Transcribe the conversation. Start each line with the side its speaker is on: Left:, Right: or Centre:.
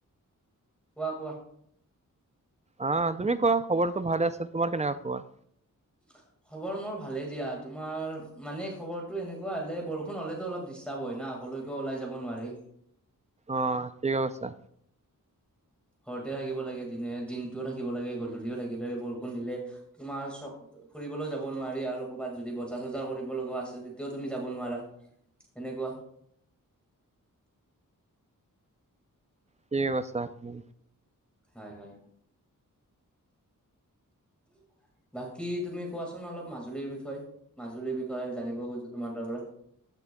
Centre: কোৱা-কোৱা?
Right: আ তুমি কোৱা, খবৰটো ভালে আছে। তোমাৰ কেনেকুৱা খবৰ?
Centre: <inaudible> খবৰ মোৰ ভালেই দিয়া, তোমাৰ মানে খবৰটো এনেকুৱা হ'লে বৰষুণ হ'লেতো অলপ ডিষ্টাৰ্ব হয় না? কলেকেওঁ ওলাই যাব নোৱাৰি।
Right: অ', ঠিকে কৈছা।
Centre: ঘৰতে থাকিব লাগে দিনে দিনটোও থাকিব লাগে গধূলিও থাকিব লাগে বৰষুণ দিলে, তোমাৰ চক ফুৰিবলৈও যাব নোৱাৰি আৰু কবাত যদি বজা চজাৰ কৰিব লগা আছে তেতিয়াও তুমি যাব নোৱাৰা। এনেকুৱা।
Right: থিকে কৈছা তুমি।
Centre: হয়-হয়। <inaudible> বাকী তুমি কোৱাচোন অলপ মাজুলীৰ বিষয়ে, মাজুলীৰ বিষয়ে জানিব খোজোঁ তোমাৰ তাৰ পৰা?